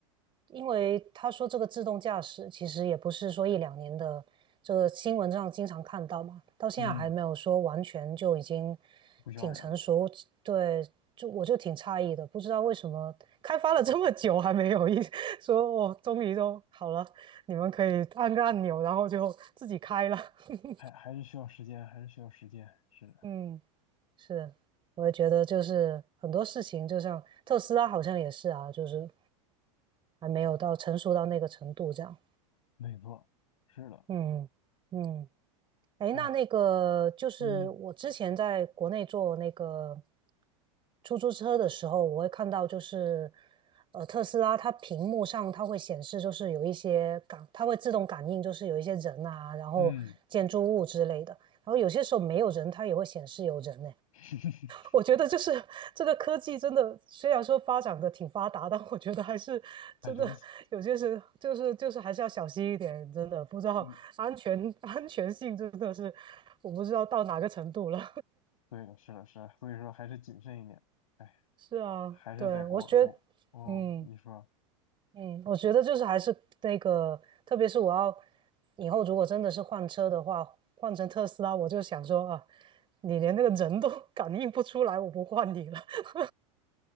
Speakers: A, on the right; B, on the left.
A: 因为他说这个自动驾驶其实也不是说一两年的，这个新闻上经常看到嘛，到现在还没有说完全就已经
B: 嗯，不需要人了，
A: 挺成熟。对，就我就挺诧异的，不知道为什么开发了这么久还没有一 <laughs> 说哦，终于都好了，你们可以按个按钮，然后就自己开了。<laughs>
B: 还还是需要时间，还是需要时间，是的，
A: 嗯是，我也觉得就是很多事情，就像特斯拉好像也是啊，就是还没有到成熟到那个程度这样。
B: 没错，是的，
A: 嗯嗯，哎，
B: 哎，
A: 那那个就是我之前在国内坐那个
B: 嗯
A: 出租车的时候，我会看到就是呃特斯拉它屏幕上它会显示就是有一些感，它会自动感应就是有一些人啊，然后建筑物之类的，
B: 嗯，
A: 然后有些时候没有人，它也会显示有人
B: <laughs>
A: 我觉得就是这个科技真的，虽然说发展的挺发达，但我觉得还是真的有些事就是就是还是要小心一点，
B: 很神奇。
A: 真的不知道安全
B: 嗯。
A: <laughs> 安全性真的是我不知道到哪个程度了。
B: 对的，是的，是的，所以说还是谨慎一点。哎，
A: <laughs> 是啊，
B: 还是在国国，
A: 对，我觉得，
B: 嗯，
A: 嗯
B: 你说
A: 嗯，我觉得就是还是那个，特别是我要以后如果真的是换车的话，换成特斯拉，我就想说啊，你连那个人都 <laughs> 感应不出来，我不换你了。<laughs>